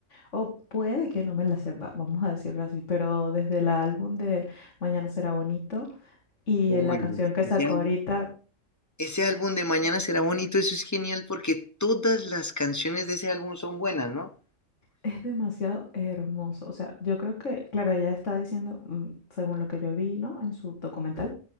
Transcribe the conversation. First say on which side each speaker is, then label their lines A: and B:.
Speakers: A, on the left (about 65°); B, on the left (about 15°).
A: O puede que no me la sepa, vamos a decirlo así, pero desde el álbum de Mañana será bonito y
B: Uy,
A: la canción que
B: ese
A: sacó
B: álbum,
A: ahorita
B: ese álbum de Mañana será bonito, eso es genial porque todas las canciones de ese álbum son buenas, ¿no?
A: es demasiado hermoso. O sea, yo creo que, claro, ella está diciendo, mm, según lo que yo vi, ¿no? En su documental,